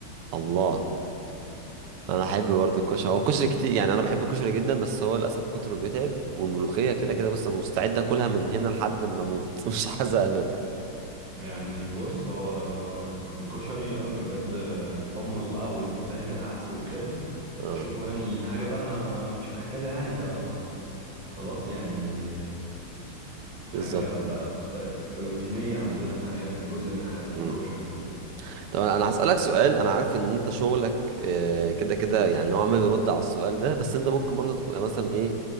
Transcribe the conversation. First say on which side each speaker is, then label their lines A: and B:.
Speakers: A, on the right (about 85°); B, on the right (about 55°).
A: الله انا احب برضه الكشري هو الكشري كتير يعني انا بحب الكشري جدا بس هو للاسف كتره بيتعب والملوخيه كده كده بص أنا مستعد اكلها من هنا لحد ما اموت <laughs> مش هزهق منها
B: يعني بص هو انا الك- الكشري لا بجد الحمص بقى وانت فاهم العدس وكده
A: اه
B: بشوفه يعني حاجة بقى انا مش محتاجة يعني ده خلاص يعني حاجة
A: بالظبط
B: بقى بقت روتينية عندنا في حياتنا جزء من حياتنا
A: امم
B: الكشري ده
A: طب انا أنا هسالك سؤال انا عارف ان انت شغلك آه، كده كده يعني نوعا ما يرد على السؤال ده بس انت ممكن برضه تبقى مثلا ايه